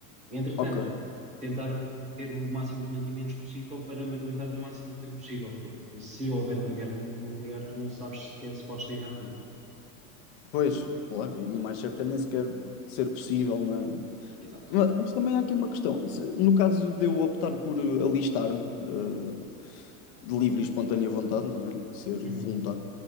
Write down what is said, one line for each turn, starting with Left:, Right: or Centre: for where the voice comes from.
Right: Entretanto,
Left: Ok.
Right: tentar ter o máximo de mantimentos possível para me aguentar o máximo de tempo possível, porque se houver uma guerra nu- nuclear, tu não sabes sequer se podes sair à rua.
Left: Pois, claro. E o mais certo é nem sequer ser possível, não é?
Right: Exato.
Left: Mas, mas também há aqui uma questão. Se- No caso de eu optar por eh, alistar-me, eh, de livre e espontânea vontade, não é? Ser voluntário.
Right: Uhum.